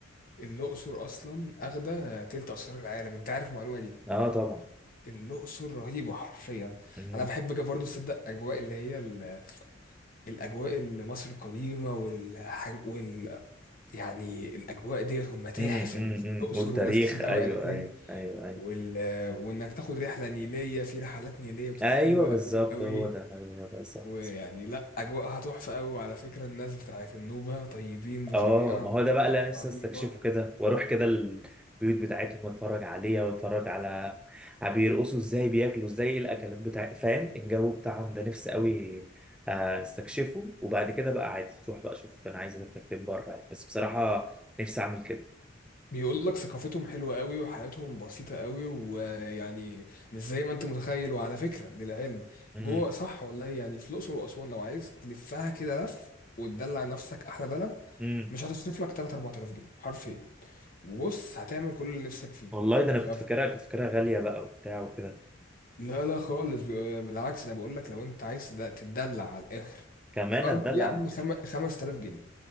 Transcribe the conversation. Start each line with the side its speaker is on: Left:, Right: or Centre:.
Left: الأقصر أصلا أخدة تلت آثار العالم انت عارف المعلومة دي
Centre: اه طبعا
Left: الأقصر رهيبة حرفيا
Centre: امم
Left: أنا بحب جا- برضه أصدق أجواء اللي هي ال- الأجواء اللي مصر القديمة والحاج وال يعني الأجواء ديت والمتاحف
Centre: امم
Left: اللي
Centre: امم
Left: في الأقصر
Centre: والتاريخ
Left: وناس كتير
Centre: ايوه
Left: قوي قالت لي
Centre: ايوه ايوه ايوه
Left: وال... وإنك تاخد رحلة نيلية في رحلات نيلية بتبقى
Centre: ايوه
Left: حلوة قوي
Centre: بالظبط
Left: قوي
Centre: هو ده هو ده صح
Left: ويعني لا اجواءها تحفه قوي وعلى فكره الناس بتاعت النوبه طيبين بطريقه
Centre: اه ما هو ده بقى اللي انا نفسي
Left: رهيبه
Centre: استكشفه كده واروح كده البيوت بتاعتهم واتفرج عليها واتفرج على على بيرقصوا ازاي بياكلوا ازاي إيه الاكلات بتاع فاهم الجو بتاعهم ده نفسي قوي آه، استكشفه وبعد كده بقى عادي تروح بقى اشوف انا عايز اسافر فين بره يعني. بس بصراحة نفسي اعمل كده
Left: بيقول لك ثقافتهم حلوه قوي وحياتهم بسيطه قوي ويعني مش زي ما انت متخيل وعلى فكره للعلم
Centre: امم
Left: جوه صح والله يعني في الاقصر واسوان لو عايز تلفها كده لف وتدلع نفسك احلى دلع
Centre: امم
Left: مش هتصرف لك 3 4000 جنيه حرفيا وبص هتعمل كل اللي نفسك فيه
Centre: والله ده انا
Left: ف...
Centre: كنت فاكرها كنت فاكرها غالية بقى وبتاع وكده
Left: لا لا خالص ب- بالعكس انا بقول لك لو انت عايز ده- تتدلع على الاخر
Centre: كمان
Left: أرب...
Centre: اتدلع
Left: يا عم خم... 5000 جنيه